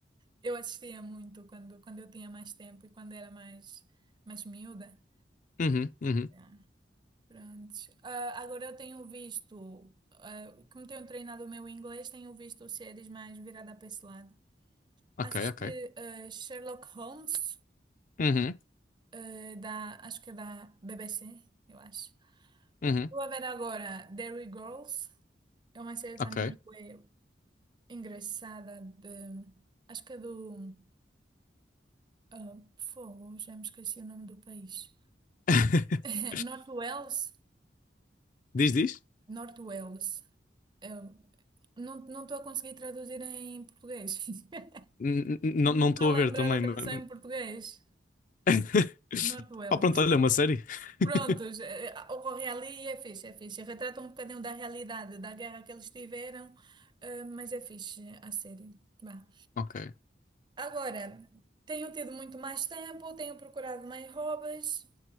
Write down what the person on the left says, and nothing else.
uhum, uhum.
Ok,
ok.
Uhum,
uhum,
ok.
<laughs>
Diz, diz?
N- n- Não
não
estou
a
ver também.
mas-
<laughs>
Oh, pronto, olha, é uma série. <laughs>
Ok.